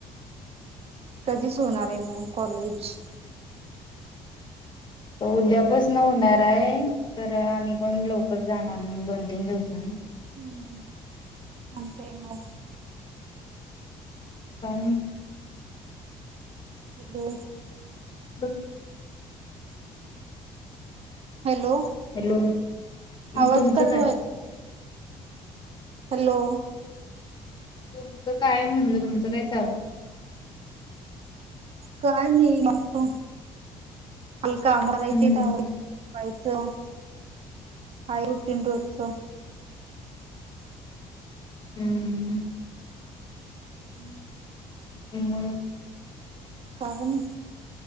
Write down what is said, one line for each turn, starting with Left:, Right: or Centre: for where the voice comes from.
Right: कधीच होणार आहे मग कॉलेज
Left: उद्यापास न होणार आहे तर आम्ही कोण लवकर जाणार नाही दोन तीन दिवसांनी
Right: हम् हम् अनकयमो
Left: काय म
Right: हॅलो
Left: ब
Right: हॅलो
Left: हॅलो
Right: आवाज
Left: तुमचं
Right: कट
Left: काय?
Right: व्हायला हॅलो
Left: तुमचं काय म्हणलं तुमचं काय चालूय
Right: काय नाही आता ते काम करायचे
Left: हम्म.
Right: तवा झोपा हा हाय रुटीन रोजच
Left: हम्म
Right: हम्म
Left: मग
Right: कारण ये